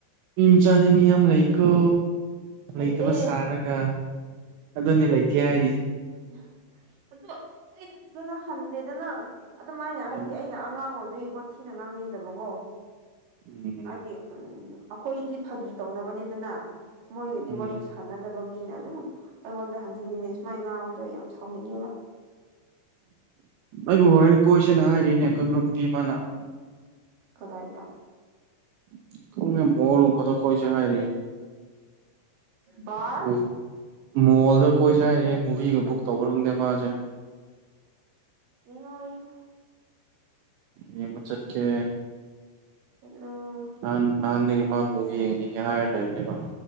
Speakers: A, on the right; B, on the right.
A: ꯅꯨꯄꯤ ꯃꯆꯥꯅꯤ ꯃꯤ ꯌꯥꯝ ꯂꯩꯀꯣ
B: ꯂꯩꯇꯦ
A: ꯂꯩꯇꯕ ꯁꯥꯔꯒ ꯑꯗꯨꯅꯤ ꯂꯩꯇꯦ
B: ꯎꯝ
A: ꯍꯥꯏꯔꯤꯁꯤꯅꯤ
B: ꯑ ꯑꯩꯅ ꯐꯖꯅ ꯍꯟꯗꯦꯗꯅ ꯑꯗꯨꯃꯥꯏꯅ
A: ꯎꯝ
B: ꯍꯥꯏꯗꯤ ꯑꯩꯅ ꯑꯉꯥꯡ ꯑꯣꯏꯕꯒꯤꯀꯣ ꯊꯤꯅ ꯉꯥꯡꯅꯤꯡꯗꯕꯀꯣ
A: ꯎꯝ
B: ꯍꯥꯏꯗꯤ ꯎꯝ ꯑꯩꯈꯣꯏꯗꯤ ꯐꯥꯒꯤ ꯇꯧꯅꯕꯅꯤꯗꯅ ꯃꯣꯏꯒꯗꯤ
A: ꯎꯝ
B: ꯋꯥꯔꯤ ꯁꯥꯟꯅꯗꯕ ꯃꯤꯅ ꯑꯗꯨꯝ ꯑꯩꯉꯣꯟꯗ ꯍꯟꯖꯤꯟꯅꯤꯡꯉꯦ ꯁꯨꯃꯥꯏ ꯉꯥꯡꯕꯗꯣ ꯌꯥꯝ ꯁꯥꯎꯅꯤꯡꯉꯦꯕ
A: ꯑꯩꯕꯨ ꯍꯣꯔꯦꯟ ꯀꯣꯏꯁꯦꯅ ꯍꯥꯏꯔꯤꯅꯦ ꯑꯩꯈꯣꯏ ꯃꯔꯨꯞꯀꯤ ꯏꯄꯥꯖ
B: ꯀꯗꯥꯥꯏꯗ
A: <unintelligible> ꯀꯣꯏꯁ ꯍꯥꯏꯔꯦ
B: ꯕꯥꯔ
A: <unintelligible> ꯃꯣꯜꯗ ꯀꯣꯏꯁꯦ ꯍꯥꯏꯔꯤ ꯃꯨꯚꯤꯒ
B: ꯑꯣ
A: ꯕꯨꯛ ꯇꯧꯕꯔ ꯈꯪꯗꯦ ꯃꯥꯁꯦ
B: ꯌꯦꯡꯉꯣ ꯌꯦꯡꯉꯣ
A: ꯌꯦꯡꯕ ꯆꯠꯀꯦ
B: <unintelligible>
A: ꯅꯍꯥꯟ ꯅꯍꯥꯟꯗꯒꯤ ꯃꯥ ꯕꯨꯥꯎ ꯌꯦꯡꯅꯤꯡꯉꯦ ꯍꯥꯏꯔ ꯂꯩꯕꯅꯦꯕ